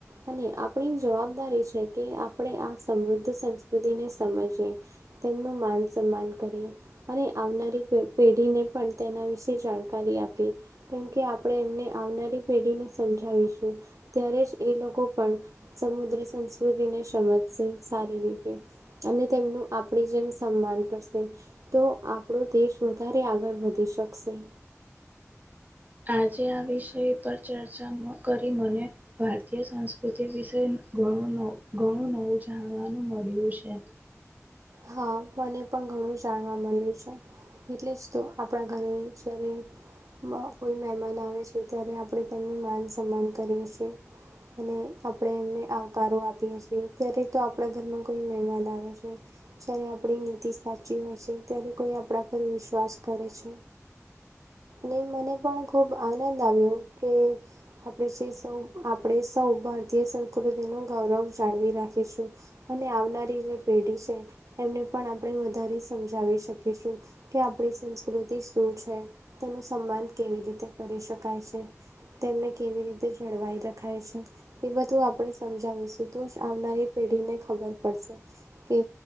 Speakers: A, on the right; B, on the right.
A: અને આપણી જવાબદારી છે, કે આપણે આ સમૃદ્ધ સંસ્કૃતિને સમજી તેમનું માન સન્માન કરીએ અને આવનારી પે પેઢીને પણ તેના વિશે જાણકારી આપી કેમકે આપણે એમને આવનારી પેઢીને સમજાવીશું ત્યારે જ એ લોકો પણ સમુદ્ર સંસ્કૃતિને સમજશે સારી રીતે અને તેમનું આપણી જેમ સન્માન કરશે તો આપણો દેશ વધારે આગળ વધી શકશે
B: આજે આ વિષય પર ચર્ચા કરી મને ભારતીય સંસ્કૃતિ વિશે ઘણું ન ઘણું નવું જાણવાનું મળ્યું છે.
A: હા મને પણ ઘણું જાણવા મલયુ છે. એટલે જ તો આપણા ઘરે જયારે કોઈ મહેમાન આવે છે. ત્યારે આપણે તેમનું માન સન્માન કરીએ છીએ અને આપણે એમને આવકારો આપીએ છીએ ત્યારે તો આપણા ઘરમાં કોઈ મહેમાન આવે છે. જ્યારે આપણી નીતિ સાચી હોય છે, ત્યારે કોઈ આપણા પર વિશ્વાસ કરે છે. ને મને પણ ખુબ આનંદ આવ્યો કે આપણે જે સૌ આપણે સૌ ભારતીય સંસ્કૃતિનું ગૌરવ જાળવી રાખીશું અને આવનારી જે પેઢી છે. એમને પણ આપણે વધારે સમજાવી શકીશું કે આપણી સંસ્કૃતિ શું છે. તેનું સન્માન કેવી રીતે કરી શકાય છે, તેમને કેવી રીતે જળવાઈ થાય છે, એ બધું આપણે સમજાવીશું તોજ આવનારી પેઢીને ખબર પડશે કે